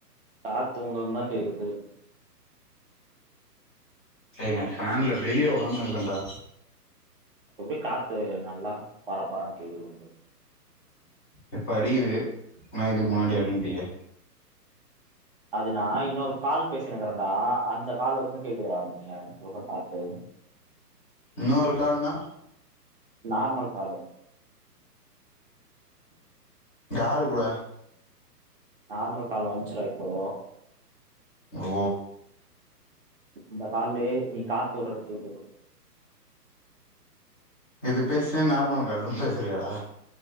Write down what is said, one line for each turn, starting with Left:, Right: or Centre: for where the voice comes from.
Right: காத்து உன்னுது தா கேக்குது
Left: சேய் நா ஃபேன்ல வெளிய ஒக்காந்துருக்கன்டா
Right: அப்படி காத்து நல்லா பரபரன் கேக்குது
Left: இப்ப அடிகிது ஆனா இதுக் முன்னாடி அடிக்கிலியே
Right: அது நா இன்னொரு கால் பேசினுக்க்குறன்டா அந்த கால் வந்து கேக்குதுறா நீ உற்ற காத்து
Left: இன்ன ஒரு கால்னா
Right: நார்மல் காலு
Left: யாரு கூட
Right: நார்மல் கால் வந்ச்சிடா இப்பே
Left: ஓ
Right: அந்த கால்லே நீ காத்து உற்றது கேக்குது
Left: இது பேஸ்னே நார்மல் கால்லு பேசுரியேடா